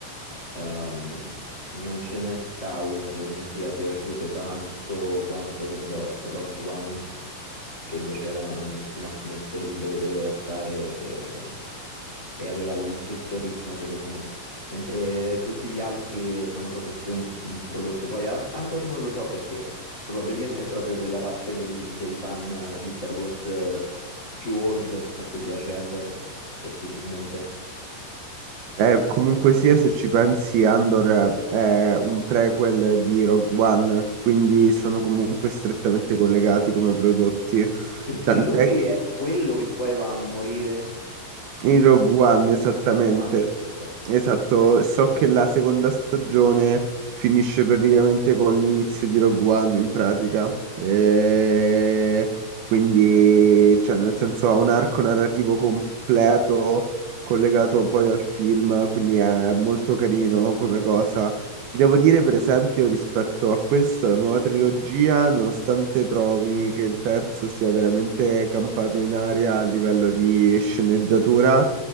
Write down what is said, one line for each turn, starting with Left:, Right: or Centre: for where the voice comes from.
Left: Ehm, non ce ne sta uno che mi sia piaciuto tanto quanto, che ne so, Rogue One, che invece era uno spin-off messo lì dove doveva stare. eh, e aveva il giusto ritmo, secondo me. Mentre tutti gli altri sono proprio più un, un prodotto. Poi An- Andor non lo so perché probabilmente è proprio quella parte del- dei fan eh, di Star Wars eh, più old a cui piace Andor, possibilmente.
Right: Eh, comunque sia, se ci pensi, Andor è un prequel di Rogue One, quindi sono comunque strettamente collegati come prodotti.
Left: Perché
Right: Tant'è
Left: lui è quello che poi va a morire, giusto?
Right: in Rogue One, esattamente.
Left: In Rogue One. Ok.
Right: Esatto, so che la seconda stagione finisce praticamente con l'inizio di Rogue One in pratica. E quindi, cioè, nel senso ha un arco narrativo completo collegato poi al film, quindi è molto carino come cosa. Ti devo dire, per esempio, rispetto a questo, la nuova trilogia, nonostante trovi che il terzo sia veramente campato in aria a livello di sceneggiatura,